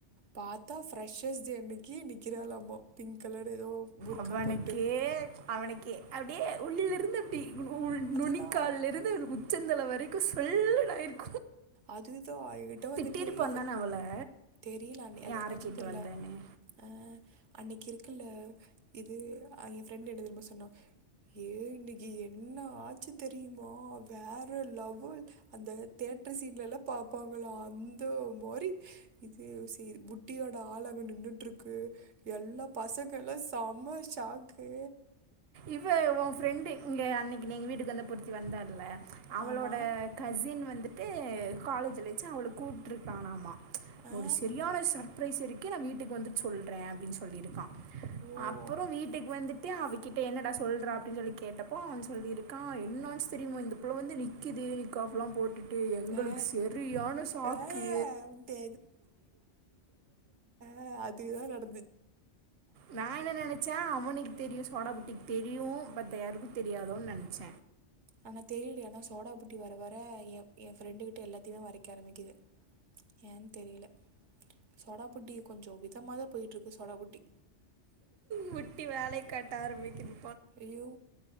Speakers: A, on the right; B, on the right.
A: பாத்தா ஃப்ரெஷஸ் டே அன்னைக்கி நிக்கிறாலாமா பிங்க் கலர் ஏதோ புர்கா
B: அவனுக்கே
A: போட்டு
B: அவனுக்கே அப்டியே உள்ளிருந்து அப்டி
A: அதுதான்
B: நுனிக்கால்லருந்து உச்சந்தல வரைக்கு சல்லுனு அயிருக்
A: அதுதா எங்கிட்ட வந்துட்டு
B: திட்டியிருப்பான்
A: இவே
B: தானே அவளை
A: தெரியலா நீ அது
B: யாரை
A: என்னாச்சுன்
B: கேட்டு
A: தெர்ல
B: வந்தேன்னு
A: அ அன்னைக்கி இருக்குல்ல இது அ என் ஃப்ரெண்டு் என்ன தெரியுமா சொன்னா ஏ இன்னைக்கி என்னாச்சு தெரியுமா வேற லெவல் அந்த தேத் தீட்லல்லா பாப்பாங்களா அந்த மாரி இதுலயே யோசி புட்டியோட ஆளங்க நின்றுட்டுருக்கு எல்லா பசங்கலு சம சாக்கு
B: இவ ஒன் ஃப்ரெண்ட்டு இஙகே அன்னைக்கி நீ எங்க வீட்டுக்கு வந்தப்பொருத்தி வந்தால அவளோட
A: ஆமாம்
B: கசின் வந்துட்டு காலேஜ்லச்சு அவள கூப்ட்ருக்காலாமா
A: ஆ
B: ஒரு செரியான சர்பரைஸிருக்கு நா வீட்டுக்கு வந்துட்டு சொல்றே அப்டின்னு சொல்லியிருக்கா
A: ஓ
B: அப்புறோ வீட்டுக்கு வந்துட்டு அவ கிட்ட என்னடா சொல்றா அப்டின்னு சொல்லி கேட்டப்போ அவே சொல்லிருக்கா என்னாச்சுனு தெரியுமா இந்த புள்ள வந்து நிக்கிது நிக் மாஃப்லா போட்டுட்டு ஏ எங்களுக்கு
A: ஆ
B: செரியான சாக்கு
A: ஆ அப்படின்ட்டு த அதே தா நடந்
B: நா என்ன நெனைச்ச அவனிக் தெரியு சோடாபட்டிக்கி தெரியு பட் யாருக்கு தெரியாதோன்னு நெனைச்ச
A: ஆனா தெரியல ஆனா சோடாபட்டி வர வர என் என் ஃப்ரெண்டு கிட்ட எல்லாத்தையுமே மறைக்க ஆரம்மிக்கிது ஏன்னு தெரியல சோடாபட்டி கொஞ்சோ விதமா தா போயிட்டுருக்கு சோடாபுட்டி
B: புட்டி வேலைய காட்டாரம்பிக்கிது
A: ஐய்யோ